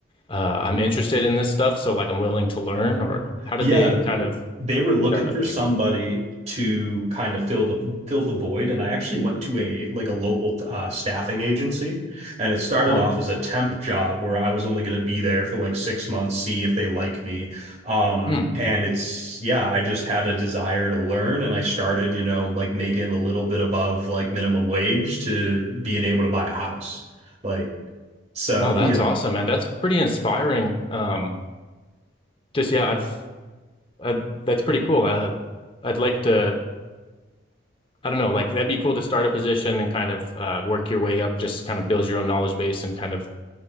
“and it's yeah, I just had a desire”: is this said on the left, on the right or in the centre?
Right